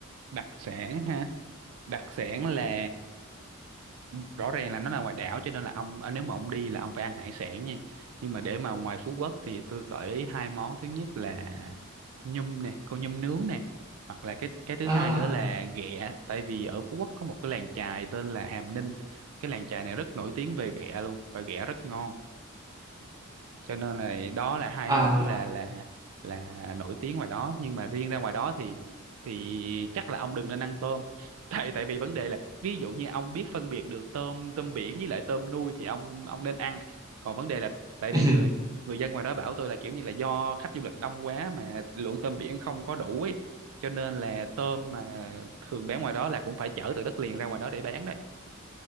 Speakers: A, on the right; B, on the right.
A: đặc sản ha đặc sản là rõ ràng là nó là ngoài đảo cho nên là ông à, nếu mà ông đi là ông phải ăn hải sản nha nhưng mà để mà ngoài Phú Quốc thì tôi gợi ý hai món thứ nhất là nhum nè con nhum nướng nè hoặc là cái cái thứ
B: à
A: hai nữa là ghẹ tại vì ở Phú Quốc có một cái làng chài tên là Hàm Ninh cái làng chài này rất nổi tiếng về ghẹ luôn và ghẹ rất ngon cho nên là đó là hai
B: à
A: món là là là nổi tiếng ngoài đó nhưng mà riêng ra ngoài đó thì thì chắc là ông đừng nên ăn tôm <laughs> tại tại vì vấn đề là ví dụ như ông biết phân biệt được tôm tôm biển với lại tôm nuôi thì ông ông nên ăn còn vấn đề là tại
B: <laughs>
A: vì người người dân ngoài đó bảo tôi là kiểu như là do khách du lịch đông quá mà lượng tôm biển không có đủ ấy cho nên là tôm mà thường bán ngoài đó là cũng phải chở từ đất liền ra ngoài đó để bán đấy